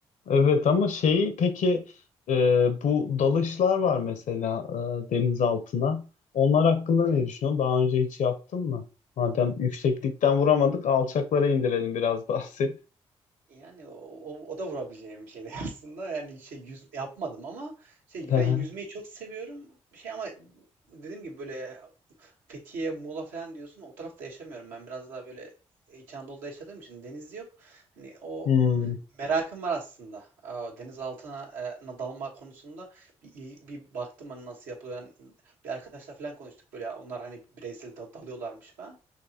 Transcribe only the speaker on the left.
Evet ama şeyi peki e, bu dalışlar var mesela e, deniz altına. Onlar hakkında ne düşünüyorsun? Daha önce hiç yaptın mı? Madem yükseklikten vuramadık, alçaklara indirelim biraz daha seni.
<laughs> Hı
hı,
Hmm.